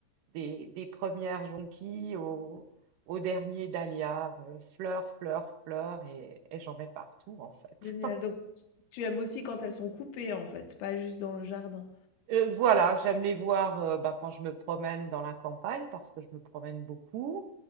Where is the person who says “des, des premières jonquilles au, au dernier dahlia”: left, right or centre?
Right